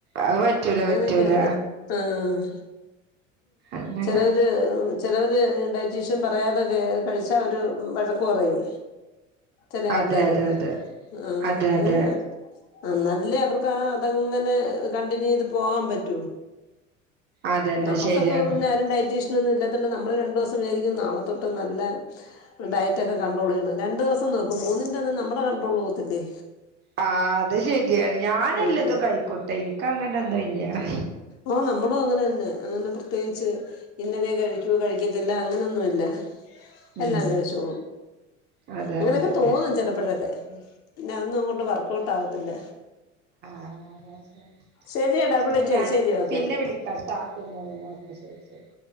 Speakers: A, on the right; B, on the left.
A: അത് പറ്റൂല
B: അങ്ങനെ
A: പറ്റൂല
B: ഒക്കെ ഉണ്ട്. ആഹ്
A: അങ്ങനെ
B: ചെല ചെലോര് ഡയറ്റീഷ്യൻ പറയാതെ കഴിച് പക്ഷെ ഒരു വഴക്ക് പറയും ചെലേ ആൾക്കാര്
A: അതെ അതെ അതെ
B: ആഹ്
A: അതെ അതെ
B: അങ്ങനെ ആ ന്നാലല്ലേ അവർക്ക് ആ ഇതെങ്ങനെ കണ്ടിന്യൂ എയ്ത് പോകാൻ പറ്റൂ
A: അതന്നെ
B: നമുക്കൊക്കെ
A: ശരിയാണ്
B: പിന്നാരും ഡയറ്റീഷന ഒന്നും ഇല്ലാത്തണ്ട് നമ്മള് രണ്ടു ദിവസം വിചാരിക്കും നാളെത്തൊട്ട് നല്ല ഡയറ്റ ഒക്കെ കണ്ട്രോൾ ചെയ്യണം രണ്ടു ദിവസം നോക്കും മൂന്നിന്റെ ഒന്നും നമ്മുടെ കണ്ട്രോൾ പോകത്തില്ലേ
A: ആ അത് ശരിയാണ് ഞാൻ എല്ലതും
B: അതെ
A: കൈക്കോട്ടെ എനിക്ക അങ്ങനെൊന്നും ഇല്ലാണ്
B: ഓ നമ്മളും അങ്ങനെ തന്നെ അങ്ങനെ പ്രത്യേകിച്ച് ഇന്നലെ കഴിക്കൂ കഴിക്കത്തില്ല അങ്ങനെയൊന്നുമല്ല
A: ഉം
B: എല്ലാം കഴിച്ചോ
A: അതെ
B: ഇങ്ങനെയൊക്കെ
A: അതെ അതെ
B: തോന്നും ചിലപ്പോഴൊക്കെ ന്ന ഒന്നും അങ്ങോട്ട് വർക്കഔട്ട് ആവത്തില്ല
A: ആ അതെ അതെ
B: ശരിയടാ വിളിക്കാം
A: എന്ന ഞാന്
B: ശരി ഓക്കേന്ന്
A: പിന്നെ വിളിക്കാട്ടാ പിന്നെന്നെപ്പ ശരി ശരി